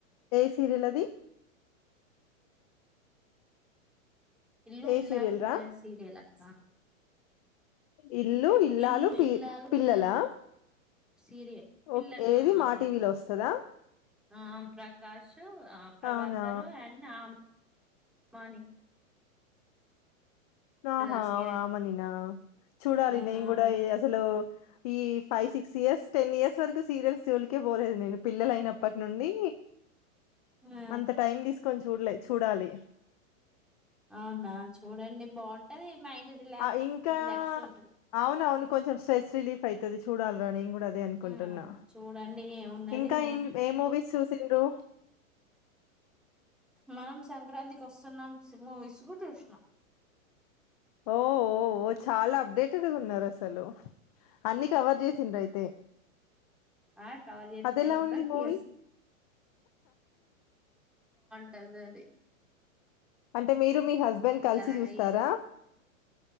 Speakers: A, on the left (about 30°); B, in the centre.
A: ఏ సీరియల్ అది
B: ఇల్లు
A: ఏ
B: ఇల్లాలు
A: సీరియల్
B: పిల్లలు
A: రా
B: సీరియలక్క
A: ఇల్లు ఇల్లాలు
B: ఇల్లు
A: పి
B: ఇల్లాలు
A: పిల్లలా
B: పిల్లలు సీరియల్ పిల్లలు
A: ఓకే ఏది
B: ఆ
A: మా
B: పిల్లలు
A: టీవీలో వస్తుందా
B: ఆ ప్రకాష్ ఆ ప్రభాకర్
A: అవునా
B: అండ్ ఆ వాణి
A: ఆహా
B: ఆ సీరియల్
A: వమనినా చూడాలి
B: ఆ
A: నేను కూడా
B: మ
A: అసలు ఈ five six years ten years వరకు సీరియల్స్ జోలికే పోలేదు నేను పిల్లల అయినప్పటి నుండి....
B: ఆ
A: అంత టైమ్ తీ కొంచ చూడలే చూడాలి
B: అవునా చూడండి బాగుంటది మైండ్ రిలా
A: ఆ ఇంకా
B: రిలాక్స్ ఉంటది
A: అవునవును కొంచం స్ట్రెస్ రిలీఫ్ అయితది చూడాలరా నేను కూడా అది అనుకుంటున్నా
B: ఆ చూడండి ఏమున్నది
A: ఇంకాం
B: ఆ
A: ఏ మూవీస్ చూసిండ్రు
B: మనం సంక్రాంతికి వస్తున్న సినిమా మూవీస్ కు చూసిన
A: ఓఓ చాలా అప్డేటెడ్గా ఉన్నారు అసలు అన్ని కవర్ చేసిందయితే అయితే
B: ఆ కవర్ చేస్తూనే
A: అది ఎలా
B: ఉంటది
A: ఉంది మూవీ
B: అదిది
A: అంటే మీరు మీ హస్బెండ్ కలిసి
B: అక్క
A: చూస్తారా
B: ఈ